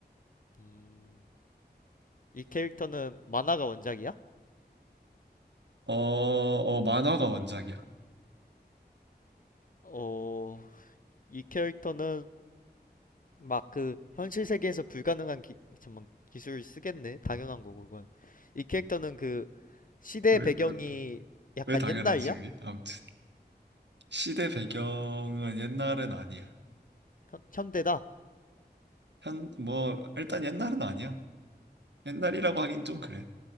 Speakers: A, on the left; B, on the right.
A: 음. 이 캐릭터는 만화가 원작이야?
B: 어, 어, 만화가 원작이야.
A: 어. 이 캐릭터는 막 그 현실 세계에서 불가능한 기, 잠만 기술을 쓰겠네. 당연한 거고 그건. 이 캐릭터는 그 시대
B: 왜,
A: 배경이
B: 왜,
A: 약간
B: 왜 당연하지,
A: 옛날이야?
B: 그게? 아무튼. 시대 배경은 옛날은 아니야.
A: 현- 현대다.
B: 현, 뭐, 일단 옛날은 아니야. 옛날이라고 하긴 좀 그래.